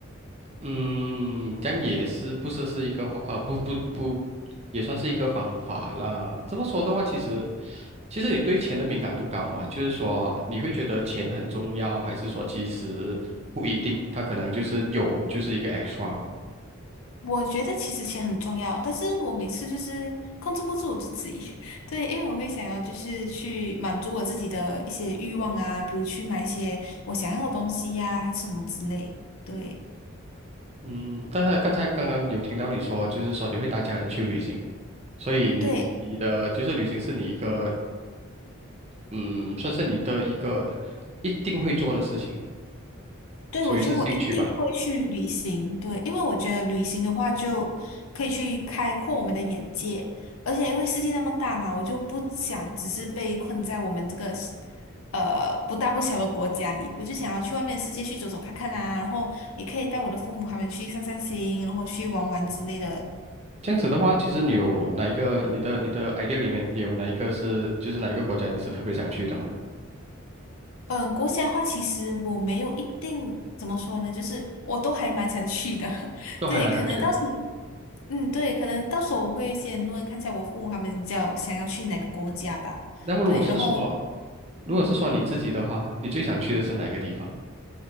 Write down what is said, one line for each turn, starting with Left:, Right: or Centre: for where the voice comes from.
Right: 嗯，这样也是不是是一个方啊、不不不，也算是一个方法啦。这么说的话，其实其实你对钱的敏感度高嘛，就是说你会觉得钱很重要，还是说其实不一定，他可能就是有就是一个 extra。
Left: 我觉得其实钱很重要，但是我每次就是控制不住我自己，<laughs> 对，因为我会想要就是去满足我自己的一些欲望啊，比如去买一些我想要的东西呀、还是什么之类，对
Right: 嗯，但是刚才刚刚有听到你说，就是说你会带家人去旅行，所以你你的就是旅行是你一个
Left: 对。
Right: 嗯，算是你的一个一定会做的事情，
Left: 对，
Right: 属于是兴趣吧。
Left: 我觉得我一定会去旅行，对，因为我觉得旅行的话就可以去开阔我们的眼界，而且因为世界那么大嘛，我就不想只是被困在我们这个呃不大不小的国家里，我就想要去外面的世界去走走看看啊，然后也可以带我的父母他们去散散心，然后去玩玩之类的。
Right: 这样子的话，
Left: 嗯
Right: 其实你有哪一个你的你的 idea 里面，你有哪一个是就是哪一个国家你是特别想去的吗？
Left: 嗯，国家的话，其实我没有一定怎么说呢，就是我都还蛮想去的，<laughs>
Right: 都还蛮想去的。
Left: 对，可能到时候。嗯，对，可能到时候我会先问看一下我父母他们比较想要去哪个国家吧。
Right: 那么如果是说，
Left: 对，然后
Right: 如果是说你自己的话，
Left: 嗯，
Right: 你最想去的是哪个地方？